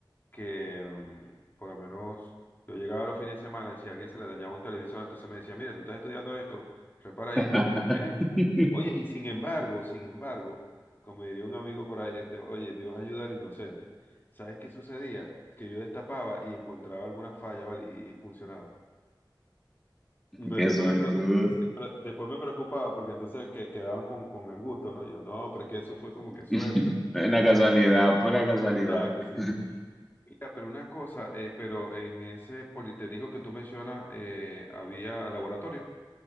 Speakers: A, on the left (about 25°); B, in the centre.
A: que mm, por lo menos yo llegaba los fines de semana y si a alguien se le dañaba un televisor, entonces me decía, mira, tú estás estudiando esto, repara ahí.
B: <laughs>
A: Y yo, ¿qué? Oye, y sin embargo, sin embargo, como diría un amigo por ahí, este, oye, Dios ayuda al inocente. ¿Sabes qué sucedía? Que yo destapaba y encontraba algunas fallas, ¿vale? y y funcionaba. Pero
B: Qué
A: entonces
B: suerte.
A: me preocupa, después me preocupaba porque entonces que, quedaban con, con el gusto, ¿no? Yo, no, pero es que eso fue como que suerte.
B: <laughs> Una casualidad, pura
A: <laughs>
B: casualidad.
A: Exacto,
B: <laughs>
A: sí. Mira, pero una cosa, eh, pero en ese politécnico que tú mencionas, eh, ¿había laboratorio?